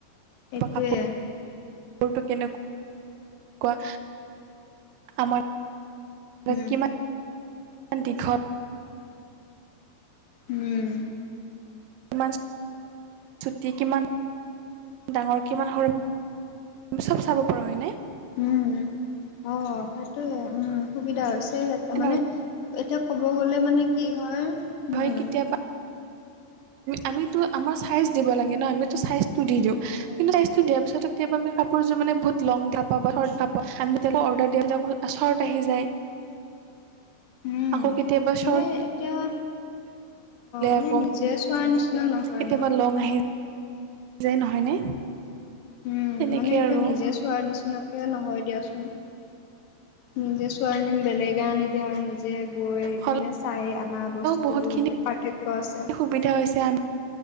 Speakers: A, on the left (about 70°); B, on the right (about 80°).
A: সেইটোৱে
B: কাপোৰ কাপোৰটো কেনেকুৱা? <inaudible>
A: উম উম।
B: কিমান ছুটি, কিমান ডাঙৰ, কিমান সৰু। চব চাব পাৰোঁ হয় নে?
A: উম, অ' সেইটোৱে উম, সুবিধা হৈছে।
B: অৰ্ডাৰ
A: মানে, এতিয়া ক'ব গ'লে মানে কি হয় উম।
B: হয় কেতিয়াবা আমিতো আমাৰ চাইজ দিব লাগে ন' আমিতো চাইজটো দি দিওঁ কিন্তু চাইজটো দিয়াৰ পিছতে কেতিয়াবা আমি কাপোৰযোৰ মানে বহুত লং টাইপৰ বা <unintelligible> অৰ্ডাৰ দিয়া শৰ্ট আহি যায়।
A: <inaudible> উম,
B: আকৌ কেতিয়াবা
A: মানে
B: চৰ্ট।
A: এতিয়া অ মানে
B: আকৌ
A: নিজে চোৱাৰ নিচিনা নহয়
B: কেতিয়াবা
A: ন।
B: লং আহি যায় নহয়নে।
A: উম
B: তেনেকে
A: মানে এতিয়া
B: আৰু
A: নিজে চোৱাৰ নিচিনাকে নহয়। দিয়াচোন নিজে চোৱোৱাৰ নিম বেলেগে আনি দিয়ে আৰু নিজেয় যে গৈ
B: হ'লেও
A: পিনে চাই আমাৰ বস্তুটো
B: বহুতখিনি
A: বহুত পাৰ্থক্য আছে।
B: সুবিধা হৈছে আম